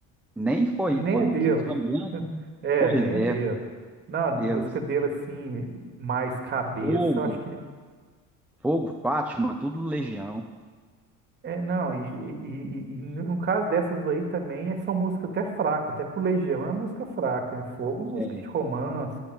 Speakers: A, in the centre; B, on the right.
A: nem foi,
B: Nem
A: foi
B: é dele.
A: o Kiko Zambianchi,
B: É,
A: pois
B: nem é
A: é,
B: dele. Não, música
A: eles,
B: dele, assim, mais cabeça,
A: Fogo,
B: eu acho que.
A: Fogo, Fátima, tudo Legião.
B: É, não, e, e- e- e no caso dessas aí também, é, são músicas até fracas, até pro Legião é música fraca, né? Fogo, música
A: É,
B: de romance,